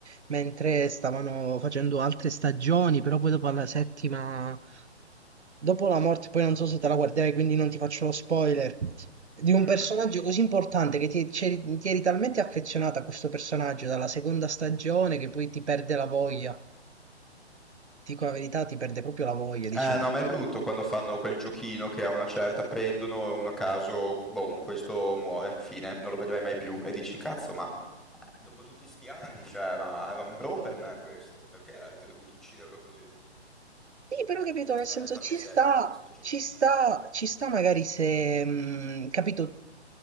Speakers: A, on the right; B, in the centre.
A: mentre stavano facendo altre stagioni, però poi dopo alla settima, dopo la morte, poi non so se te la guarderai, quindi non ti faccio lo spoiler, di un
B: Mhm.
A: personaggio così importante che ti, c'eri- ti eri talmente affezionata a questo personaggio dalla seconda stagione che poi ti perde la voglia. ti dico la verità, ti perde proprio la voglia, dici
B: Eh
A: no.
B: no, ma è brutto quando fanno quel giochino che a una certa prendono uno a caso, boh, questo muore, fine, non lo vedrai mai più, e dici, cazzo, ma... Dopo tutti sti anni, cioè, era, era un bro per me questo. Perché avete dovuto ucciderlo così?
A: Sì, però capito, nel senso
B: Eh, tante
A: ci
B: serie
A: sta,
B: fanno sto giochino.
A: ci sta, ci sta magari se, mh, capito,